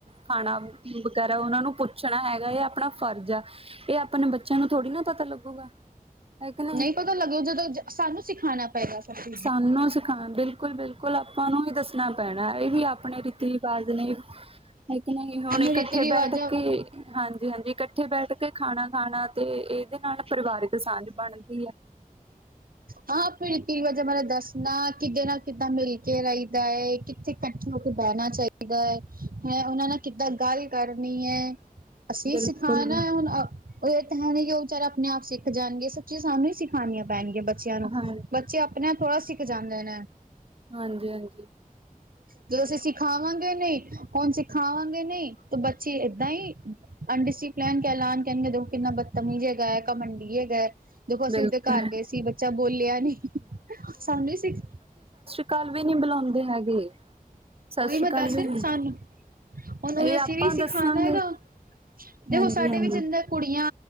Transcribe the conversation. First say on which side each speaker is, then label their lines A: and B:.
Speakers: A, on the right (about 40°); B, on the right (about 75°).
A: ਖਾਣਾ ਵਗੈਰਾ ਉਹਨਾਂ ਨੂੰ ਪੁੱਛਣਾ ਹੈਗਾ ਐ ਆਪਣਾ ਫਰਜ਼ ਆ। ਇਹ ਆਪਣੇ ਬੱਚਿਆਂ ਨੂੰ ਥੋੜ੍ਹੀ ਨਾ ਪਤਾ ਲੱਗੂਗਾ। ਹੈ ਕਿ
B: ਨਹੀਂ ਪਤਾ ਲੱਗੂ ਜਦੋਂ ਸਾਨੂੰ ਸਿਖਾਣਾ ਪਏਗਾ ਸਮਝੋ।
A: ਸਾਨੂੰ ਹਾਂ ਬਿਲਕੁਲ ਬਿਲਕੁਲ ਆਪਾਂ ਨੂੰ ਹੀ ਦੱਸਣਾ ਪੈਣਾ ਏ ਵੀ ਆਪਣੇ ਰੀਤੀ ਰਿਵਾਜ਼ ਨੇ। ਇੱਕ ਨਹੀਂ ਹੁਣ
B: ਸਾਨੂੰ
A: ਇਕੱਠੇ
B: ਰੀਤੀ ਰਿਵਾਜਾਂ
A: ਬੈਠ ਕੇ ਹਾਂਜੀ ਹਾਂਜੀ ਇਕੱਠੇ ਬੈਠ ਕੇ ਖਾਣਾ ਖਾਣਾ। ਤੇ, ਇਹਦੇ ਨਾਲ। ਪਰਿਵਾਰਿਕ ਸਾਂਝ ਬਣਦੀ ਆ
B: ਹਾਂ ਪੀੜ ਕਿ ਵਜੇ ਮਰੇ ਦਸ <unintelligible> ਨਾ ਕਿੱਦੇ, ਨਾਲ ਕਿੱਦਾਂ ਮਿਲ ਕੇ ਰਹੀਦਾ ਏ। ਕਿੱਥੇ ਇਕੱਠੇ ਹੋ ਕੇ ਬਹਿਣਾ ਚਾਹੀਦਾ। ਹੈ ਉਹਨਾਂ ਨਾਲ ਕਿੱਦਾਂ ਗੱਲ ਕਰਨੀ ਏ। ਅਸੀਂ
A: ਬਿਲਕੁਲ
B: ਸਿਖਾਣਾ ਹੁਣ। ਇਹ ਤਾਂ ਹੈ, ਨੀ ਉਹ ਵਿਚਾਰੇ ਆਪਣੇ ਆਪ ਸਿੱਖ ਜਾਣਗੇ, ਸਭ ਚੀਜ਼ਾਂ ਸਾਨੂੰ ਹੀ ਸਿਖਉਣੀਆਂ ਪੈਣਗੀਆਂ। ਬੱਚਿਆਂ ਨੂੰ,
A: ਹਾਂ
B: ਬੱਚੇ ਆਪਣੇ ਆਪ ਥੋੜ੍ਹਾ ਸਿੱਖ ਜਾਂਦੇ ਨੇ।
A: ਹਾਂਜੀ, ਹਾਂਜੀ
B: ਜਦੋਂ ਅਸੀਂ ਸਿਖਾਵਾਂਗੇ ਨਹੀਂ, ਹੁਣ ਸਿਖਾਵਾਂਗੇ ਨਹੀਂ, ਤਾਂ ਬੱਚੇ ਏਦਾਂ ਹੀ। ਅਨਡਿਸੀਪੇਲੇਨ ਕਲਾਨਗੇ, ਕਹਿਣ ਗੇ ਕਿੰਨਾ ਬਦਤਮੀ ਹੈਗਾ। ਘਮੰਡੀ ਗਏ ਦੇਖੋ, ਅਸੀਂ
A: ਬਿਲਕੁਲ।
B: ਉਹਦੇ ਘਰ ਗਏ ਸੀ ਬੱਚਾ ਬੋਲਿਆ ਨੀ। ਸਾਨੂੰ ਸਿੱਖ
A: ਕੱਲ ਵੀ ਨਹੀ ਬੁਲਾਉਂਦੇ ਹੈਗੇ। ਸਤਿ
B: ਉਹੀ
A: ਸ੍ਰੀ
B: ਮੈਂ
A: ਅਕਾਲ
B: ਦੱਸ
A: ਵੀ ਨੀ
B: ਸਾਨੂੰ- ਉਹਨੂੰ ਵੀ
A: ਇਹ
B: ਅਸੀਂ
A: ਆਪਾਂ
B: ਵੀ
A: ਦੱਸਾਂਗੇ
B: ਸਿਖਾਣਾ ਹੈਗਾ। ਦੇਖੋ
A: ਹਾਂਜੀ-ਹਾਂਜੀ।
B: ਸਾਡੇ ਵਿੱਚ ਅੰਦਰ। ਕੁੜੀਆਂ,